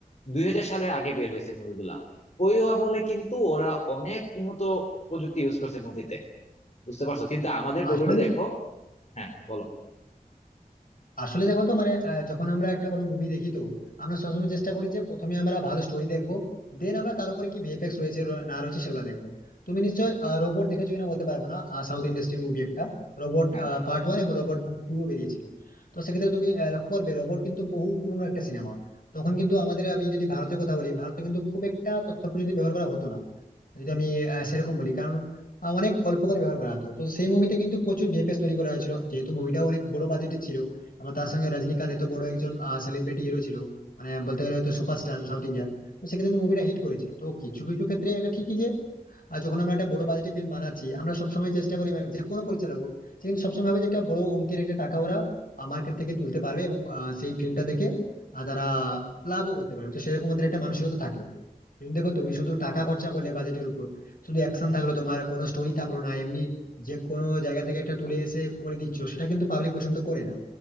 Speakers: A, on the left; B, on the left.
A: দুই হাজার সালের আগে বের হয়েছে মুভিগুলা ওই আমলে কিন্তু ওরা অনেক উন্নত প্রযুক্তি ইউজ করছে মুভিতে বুঝতে পারছো কিন্তু আমাদের বলিউডে
B: আসলে
A: দেখো হ্যাঁ বলো
B: আসলে দেখো তো মানে আহ, যখন আমরা একটা কোনো মুভি দেখি তো আমরা সবসময় চেষ্টা করি যে প্রথমে আমরা ভালো স্টোরি দেখবো দেন আমরা তার উপরে কি ভিএফএক্স রয়েছে র- না রয়েছে সেগুলো দেখবো তুমি নিশ্চয়ই রোবট দেখেছো কিনা বলতে পারবো না সাউথ ইন্ডাস্ট্রির মুভি একটা রোবট
A: হ্যাঁ
B: পার্ট ওয়ান এবং রোবট পার্ট টু বেরিয়েছিল তো সেক্ষেত্রে তুমি আহ, লক্ষ্য করবে রোবট কিন্তু বহু পুরনো একটা সিনেমা তখন কিন্তু আমাদের আমি যদি ভারতের কথা বলি ভারতে কিন্তু খুব একটা তথ্য প্রযুক্তি ব্যবহার করা হতো না যদি আমি আহ, সেরকম বলি কারণ আহ, অনেক অল্প করে ব্যবহার করা হতো তো সেই মুভিতে কিন্তু প্রচুর ভিএফএক্স তৈরি করা হয়েছিল যেহেতু মুভিটাও অনেক বড় বাজেটে ছিল আবার তার সঙ্গে রজনীকান্ত এত বড় একজন সেলিব্রিটি হিরো ছিল মানে বলতে গেলে হয়তো সুপারস্টার সাউথ ইন্ডিয়ার তো সেক্ষেত্রে কিন্তু মুভিটা হিট করেছিল তো কিছু কিছু ক্ষেত্রে এটা ঠিকই যে আহ, যখন আমরা একটা বড় বাজেটের ফিল্ম বানাচ্ছি আমরা সবসময় চেষ্টা করি মানে যে কোনো পরিচালক হোক, সে কিন্তু সবসময় ভাবে যে একটা বড় অঙ্কের একটা টাকা ওরা মার্কেট থেকে তুলতে পারবে এবং আহ, সেই ফিল্মটা দেখে আহ, তারা লাভও করতে পারবে তো সেরকম ওদের একটা মানসিকতা থাকে কিন্তু দেখো তুমি শুধু টাকা খরচা করলে বাজেটের উপর শুধু অ্যাকশন থাকলো তোমার কোনো স্টোরি থাকলো না এমনি যে কোনো জায়গা থেকে একটা তুলে এসে করে দিচ্ছ সেটা কিন্তু পাবলিক পছন্দ করে না